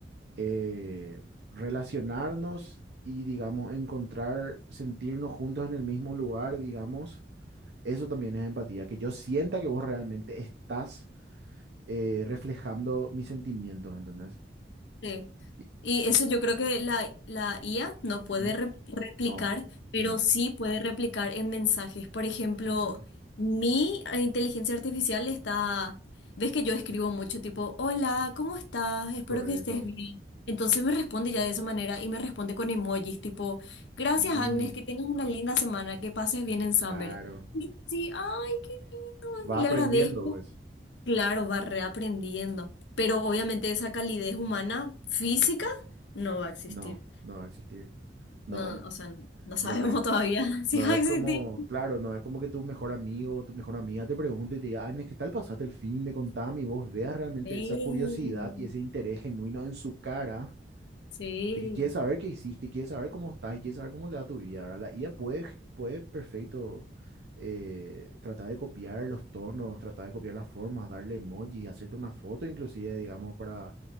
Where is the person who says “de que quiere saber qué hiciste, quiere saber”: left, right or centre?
Right